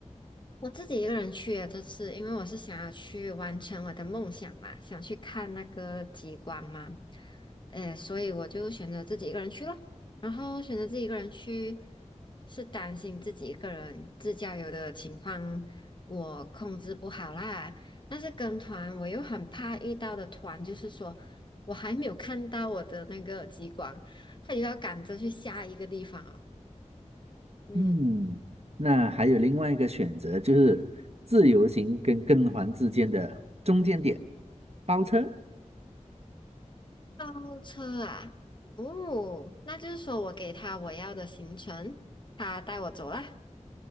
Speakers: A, on the left; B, on the right.
A: 我自己一个人去啊，这次，因为我是想要去完成我的梦想嘛，想去看那个极光嘛，诶，所以我就选择自己一个人去了。然后选择自己一个人去，是担心自己一个人自驾游的情况我控制不好啦。但是跟团我又很怕遇到的团，就是说我还没有看到我的那个极光，他就要赶着去下一个地方哦。嗯。
B: 嗯，那还有另外一个选择，就是自由行跟跟团之间的中间点，包车。
A: 包车啊，哦，那就是说我给他我要的行程，他带我走啦。